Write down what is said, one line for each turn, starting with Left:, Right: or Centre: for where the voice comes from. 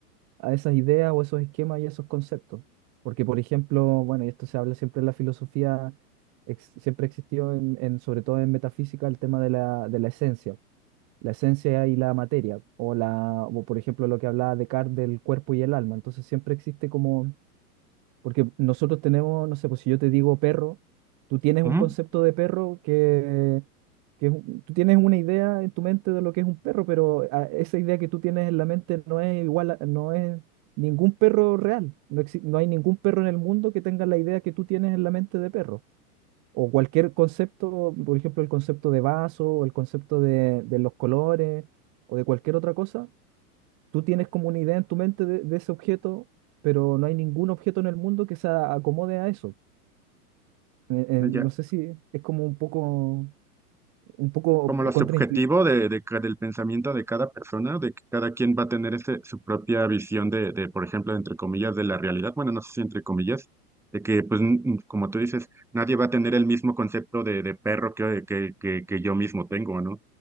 Right: a esas ideas o esos esquemas y esos conceptos. Porque, por ejemplo, bueno, y esto se habla siempre en la filosofía, ex- siempre existió en, en- sobre todo en metafísica, el tema de la, de la esencia, la esencia y la materia, o la, o por ejemplo lo que hablaba Descartes del cuerpo y el alma. Entonces siempre existe como porque nosotros tenemos, no sé, pues si yo te digo perro, tú tienes
Centre: Ujú.
Right: un concepto de perro que, que es un- tú tienes una idea en tu mente de lo que es un perro, pero a- esa idea que tú tienes en la mente no es igual, a- no es ningún perro real. No exi- no hay ningún perro en el mundo que tenga la idea que tú tienes en la mente de perro. O cualquier concepto, por ejemplo, el concepto de vaso, o el concepto de, de los colores, o de cualquier otra cosa, Tú tienes como una idea en tu mente de, de ese objeto, pero no hay ningún objeto en el mundo que se a- acomode a eso. Eh, eh, no
Centre: Ya.
Right: sé si es como un poco, un poco
Centre: como lo subjetivo
Right: contraintuitivo.
Centre: de, de ca- del pensamiento de cada persona, de que cada quien va a tener ese, su propia visión de, de, por ejemplo, entre comillas, de la realidad. Bueno, no sé si entre comillas, de que, pues, n- n- como tú dices, nadie va a tener el mismo concepto de, de perro que, que, que, que yo mismo tengo, ¿no?